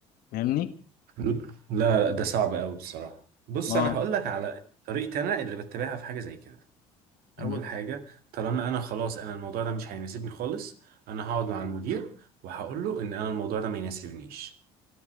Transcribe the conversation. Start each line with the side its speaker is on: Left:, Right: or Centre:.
Left: فاهمني
Right: لا لا ده صعب قوي بصراحة بص
Left: اه
Right: انا هقول لك على طريقتي انا اللي بتبعها في حاجة زي كده اول
Left: مم.
Right: حاجة طالما انا خلاص انا الموضوع ده مش هيناسبني خالص انا هقعد مع المدير وهقول له ان انا الموضوع ده ما يناسبنيش